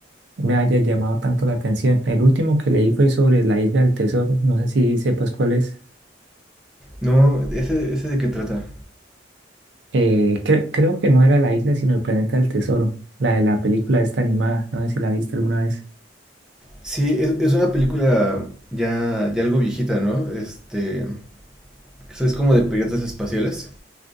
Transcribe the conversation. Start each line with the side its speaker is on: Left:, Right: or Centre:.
Right: me haya llamado tanto la atención. El último que leí fue sobre la Isla del Tesoro, no sé si sepas cuál es.
Centre: No, ¿ese, ese de qué trata?
Right: Eh, cre- creo que no era la isla, sino el planeta del tesoro, la de la película esta animada, no sé si la viste alguna vez.
Centre: Sí, es, es una película ya, ya algo viejita, ¿no? Este, que es como de piratas espaciales.